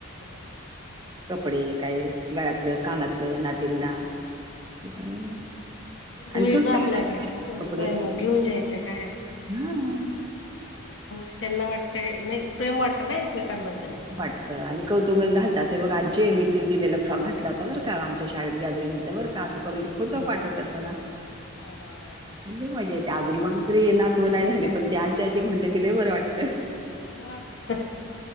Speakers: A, on the left; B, on the right.
A: हम हम हम.
B: कपडे काय गळ्यातलं, कानातलं, नातींना त्याच्यामुळे आणि
A: मिळतं
B: स्वस्त
A: आपल्याकडे
B: मिळायचे
A: स्वस्त
B: कपडे
A: आहे मग घेऊन जायचं काय.
B: हा
A: हा त्याच्यामुळे त्यांना वाटत नाही प्रेम वाटत ना एकमेकांबद्दल.
B: वाटतं, आणि कौतुकाने घातात हे बघ आज्जे मी तू दिलेला फ्रॉक घातला होता बरं का आमच्या शाळेत गॅदरिंग होत बरं का असं करून
A: हो
B: ते फोटो पाठवतात मला,
A: ना हो ना हो ना
B: म्हणजे मजा येते अजून म. ते नातवं नाही झाली पण ते आज्जे आज्जे म्हटलं की लय बर वाटत.
A: मग